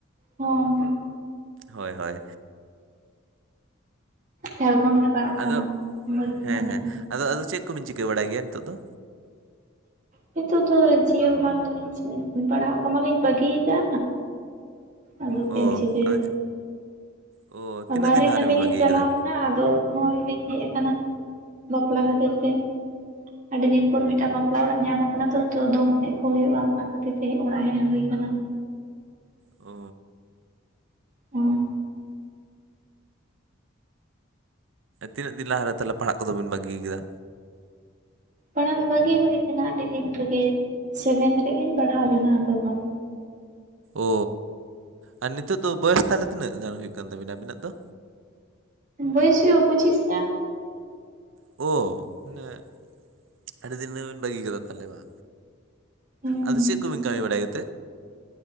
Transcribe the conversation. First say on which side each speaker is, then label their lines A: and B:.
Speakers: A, on the right (about 40°); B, on the right (about 65°).
A: ᱦᱚᱸ
B: ᱦᱳᱭ ᱦᱳᱭ
A: ᱡᱷᱟᱲᱠᱷᱚᱸᱰ ᱜᱮ ᱯᱟᱲᱟᱜ ᱠᱟᱱᱟ
B: ᱟᱫᱚ
A: ᱵᱩᱡᱷᱵᱮᱱ
B: ᱦᱮᱸ
A: ᱟᱫᱚ
B: ᱦᱮᱸ ᱟᱫᱚ ᱟᱫᱚ ᱪᱮᱫ ᱠᱚᱵᱤᱱ ᱪᱤᱠᱟᱹ ᱵᱟᱲᱟᱭ ᱜᱮᱭᱟ ᱱᱤᱛᱚᱜ ᱫᱚ?
A: ᱱᱤᱛᱚᱜ ᱫᱚ ᱪᱮᱫ ᱦᱚᱸ ᱵᱟᱝ ᱜᱮᱞᱤᱧ ᱪᱤᱠᱟ. ᱯᱟᱲᱦᱟᱜ ᱠᱚ ᱢᱟᱞᱤᱧ ᱵᱟᱹᱜᱤᱭᱟᱠᱟᱫᱼᱟ ᱟᱫᱚ
B: ᱚ
A: ᱪᱮᱢ ᱪᱤᱠᱟ.
B: ᱟᱫᱚ
A: ᱭᱟ
B: ᱚ ᱛᱤᱱᱟᱹᱜ
A: ᱵᱟᱦᱨᱮ
B: ᱫᱤᱱ ᱞᱟᱦᱟ
A: ᱠᱟᱹᱢᱤ
B: ᱨᱮᱵᱤᱱ
A: ᱞᱤᱧ
B: ᱵᱟᱹᱜᱤ
A: ᱪᱟᱞᱟᱣ
B: ᱠᱟᱫᱟ?
A: ᱞᱮᱱᱟ ᱟᱫᱚ ᱦᱚᱸᱜᱚᱭ ᱞᱤᱧ ᱦᱮᱡ ᱟᱠᱟᱱᱟ ᱵᱟᱯᱞᱟ ᱠᱷᱟᱹᱛᱤᱨ ᱛᱮ᱾ ᱟᱹᱰᱤ ᱫᱤᱱ ᱯᱚᱨ ᱢᱤᱫᱴᱟᱝ ᱵᱟᱯᱞᱟ ᱚᱲᱟᱜ ᱧᱟᱢ ᱟᱠᱟᱱᱟ ᱛᱚ ᱛᱚ ᱫᱚᱝ ᱮᱱᱮᱡ ᱠᱚ ᱦᱩᱭᱩᱜᱼᱟ ᱚᱱᱟ ᱠᱷᱟᱹᱛᱤᱨ ᱛᱮᱜᱮ ᱚᱲᱟᱜ ᱦᱮᱡ ᱦᱩᱭ ᱟᱠᱟᱱᱟ᱾
B: ᱚ
A: ᱦᱩᱸ
B: ᱛᱤᱱᱟᱹᱜ ᱫᱤᱱ ᱞᱟᱦᱟᱨᱮ ᱛᱟᱦᱞᱮ ᱯᱟᱲᱦᱟᱜ ᱠᱚᱫᱚ ᱵᱤᱱ ᱵᱟᱹᱜᱤ ᱭᱟᱠᱟᱫᱟ?
A: ᱯᱟᱲᱦᱟᱣ ᱫᱚ ᱵᱟᱹᱜᱤ ᱦᱩᱭ ᱟᱠᱟᱱᱟ ᱟᱹᱰᱤ ᱫᱤᱱ ᱨᱮᱜᱮ ᱥᱮᱵᱷᱮᱱ ᱦᱟᱹᱨᱤᱜ ᱞᱤᱧ ᱯᱟᱲᱦᱟᱣ ᱞᱮᱱᱟ ᱟᱫᱚ ᱵᱟᱝ
B: ᱚ ᱟᱨ ᱱᱤᱛᱳᱜ ᱫᱚ ᱵᱚᱭᱚᱥ ᱛᱟᱦᱞᱮ ᱛᱤᱱᱟᱹᱜ ᱜᱟᱱ ᱦᱩᱭᱩᱜ ᱠᱟᱱ ᱛᱟᱵᱤᱱᱟ ᱟᱵᱤᱱᱟᱜ ᱫᱚ?
A: ᱵᱚᱭᱚᱥ ᱦᱩᱭᱩᱜᱼᱟ ᱯᱚᱪᱤᱥ ᱜᱟᱱ
B: ᱚ ᱢᱟᱱᱮ ᱟᱹᱰᱤ ᱫᱤᱱ ᱨᱮᱵᱤᱱ ᱵᱟᱹᱜᱤ ᱠᱟᱫᱟ ᱛᱟᱦᱞᱮ ᱵᱟ
A: ᱦᱩᱸ
B: ᱟᱫᱚ ᱪᱮᱫ ᱠᱚᱵᱤᱱ ᱠᱟᱹᱢᱤ ᱵᱟᱲᱟᱭᱮᱫ?